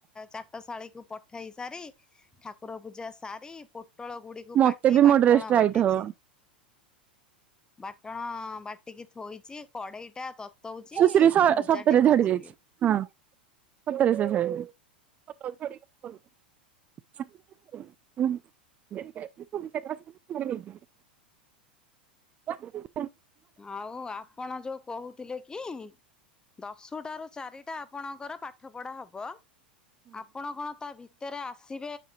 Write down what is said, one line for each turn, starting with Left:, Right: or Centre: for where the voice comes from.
Left: ଚାଟଶାଳୀକୁ ପ ଠେଇ ସାରି ଠାକୁର ପୂଜା ସାରି ପୋଟଳ ଗୁଡିକୁ
Right: ମତେ
Left: କାଟି
Right: ବି ମୋ
Left: ବାଟଣ
Right: ଡ୍ରେସ ଟାଇଟ୍
Left: ବାଟିଛି
Right: ହବ
Left: ବାଟଣ ବାଟିକି ଥୋଇଛି କଡେଇ ଟା ତତଉଛି
Right: ସୁଶ୍ରୀ
Left: ଭଜାଟି
Right: ସତରେ
Left: ଭାଜିବି
Right: ଝଡି ଯାଇଛି। ହଁ। <unintelligible> <unintelligible> <inaudible>
Left: ଆଉ ଆପଣ ଯୋଉ କହୁଥିଲେ କି ଦଶଟା ରୁ ଚାରିଟା ଆପଣଙ୍କର ପାଠ ପଢା ହବ ଆପଣ କଣ ତା ଭିତରେ ଭିତରେ ଆସିବେ